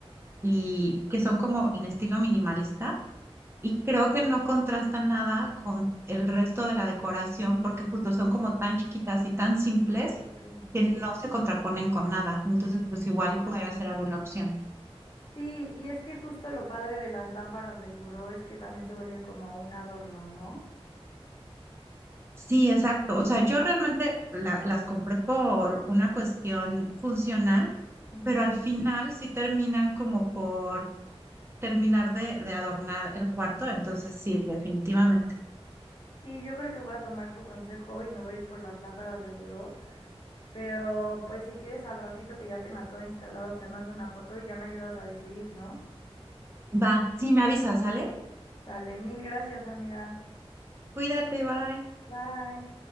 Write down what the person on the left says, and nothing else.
Ujú,
ok.
Sí, y es que justo lo padre de las lámparas del buró es que también se vuelven como un adorno, ¿no?
Ujú.
Y yo creo que voy a tomar tu consejo y me voy a ir por las lámparas de buró. Pero pues si quieres al ratito que ya tenga todo instalado, te mando una foto y ya me ayudas a decidir, ¿no?
Dale, mil gracias, amiga.
Bye.